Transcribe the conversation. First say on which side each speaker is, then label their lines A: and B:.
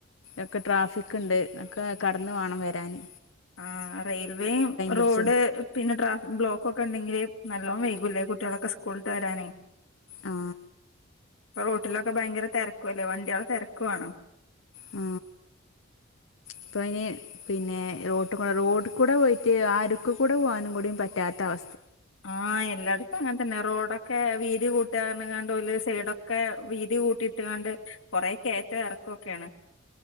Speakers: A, on the left (about 70°); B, on the left (about 85°).
A: ഒക്കെ ട്രാഫിക് ഇണ്ട് ഒക്കെ കടന്ന് വേണം വരാന്.
B: ആ റെയിൽവേയും റോഡ്
A: പിടിച്ചു
B: പിന്നെ ട്രാഫിക് ബ്ലോക്ക് ഒക്കെ ഇണ്ടെങ്കില് നല്ലോം വൈകുലേ. കുട്ട്യേളൊക്കെ സ്കൂളിട്ട് വരാനേ.
A: ആ.
B: ഇപ്പ റോട്ടിലൊക്കെ ഭയങ്കര തിരക്കുംല്ലേ വണ്ടിയേളെ തിരക്കുവാണ്.
A: ആ.
B: <unintelligible>
A: ഇപ്പ അയിന് പിന്നെ റോട്ട് കൂടെ റോഡ്ക്കൂടെ പോയിട്ട് അരുക്ക് കൂടെ പോവാനും കൂടി പറ്റാത്ത അവ
B: ആ എല്ലാട് അങ്ങനെ തന്നെ റോഡൊക്കെ വീതി കൂട്ടാ <unintelligible> ഓല് സൈഡൊക്കെ വീതി കൂട്ടിയിട്ട്ങ്ങാണ്ട്. കൊറെ കേറ്റം ഇറക്കൊക്കെയാണ്